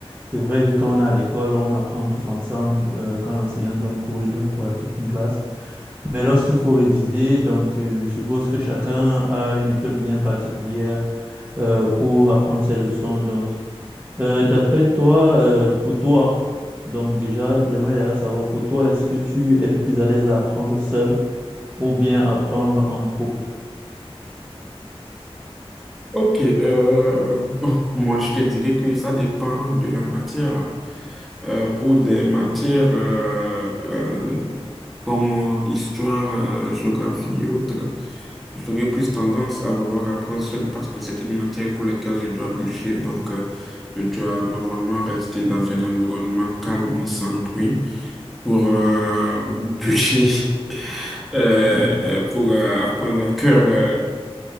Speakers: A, on the right; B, in the centre.
A: c'est vrai que quand on est à l'école, on apprend tous ensemble. euh, quand l'enseignant donne cours, il donne quoi à toute une classe. Mais lorsqu'il faut réviser, donc euh, je suppose que chacun a une méthode bien particulière euh, pour apprendre ses leçons. Donc, Euh, d'après toi, euh, pour toi, donc déjà, j'aimerais déjà savoir pour toi, est-ce que tu es plus à l'aise à apprendre seul ou bien apprendre en groupe?
B: Ok, euh, bon, moi je te dirais que ça dépend de la matière. Euh, pour des matières euh, euh, comme euh, histoire, euh, géographie et autres, j'aurais plus tendance à vouloir apprendre seul parce que c'est une matière pour laquelle je dois bûcher. Donc, euh, je dois normalement rester dans un environnement calme, sans bruit, pour euh, bûcher, <laughs> euh,
A: Mm.
B: euh, pour euh, apprendre à cœur euh,